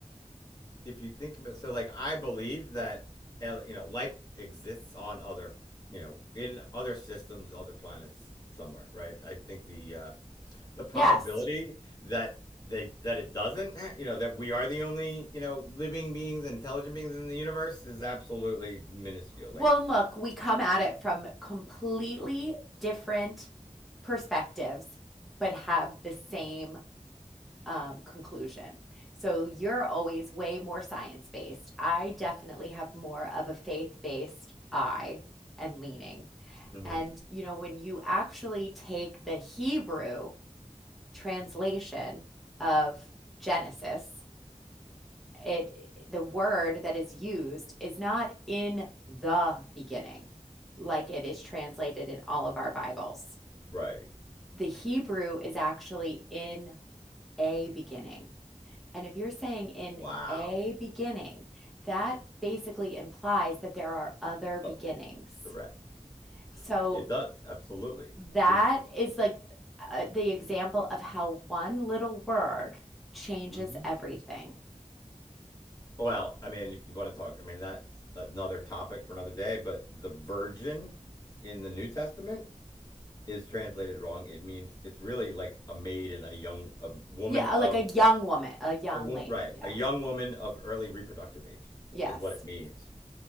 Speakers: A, on the left; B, in the centre.
A: if you think about, so like I believe that uh, you know life exists on other, you know, in other systems, other planets somewhere, right? I think the uh, the probability
B: Yes.
A: that they that it doesn't, ha- you know, that we are the only you know living beings, intelligent beings in the universe is absolutely minuscule. Like,
B: Well, and look, we come at it from completely different perspectives, but have the same um, conclusion. So you're always way more science-based. I definitely have more of a faith-based eye and leaning.
A: Mhm.
B: And, you know, when you actually take the Hebrew translation of Genesis, it the word that is used is not in the beginning like it is translated in all of our bibles
A: right?
B: the hebrew is actually in a beginning and if you're saying in
A: Wow.
B: a beginning that basically implies that there are other beginnings
A: Oh, correct.
B: so
A: It does absolutely.
B: that
A: Which.
B: is like uh, the example of how one little word changes
A: mhm.
B: everything
A: Well, I mean, if you want to talk, I mean, that's another topic for another day, but the virgin in the New Testament is translated wrong. It means it's really like a maiden, a young a woman
B: yeah
A: of
B: like a young woman a young
A: a woman,
B: lady
A: right?
B: yeah
A: A young woman of early reproductive age
B: yes
A: is what it means,